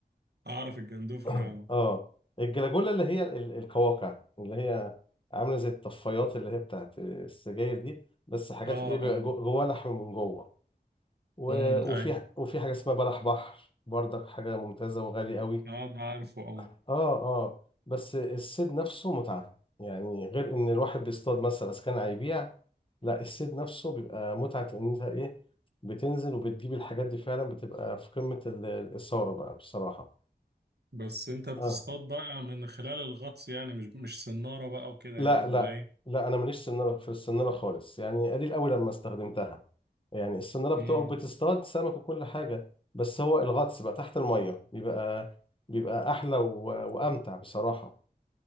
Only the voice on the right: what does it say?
أعرف الجندوفلي
أه
أه
أه
أمم أيوه
أه ده عارفه أه
بس أنت بتصطاد
بقى من خلال الغطس يعني مش مش صنارة بقى وكده
يعني ولا
إيه؟
امم